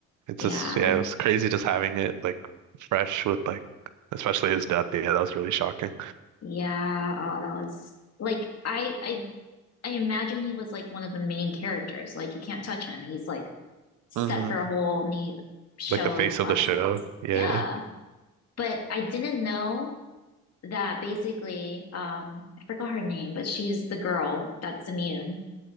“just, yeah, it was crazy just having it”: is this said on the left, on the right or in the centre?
Right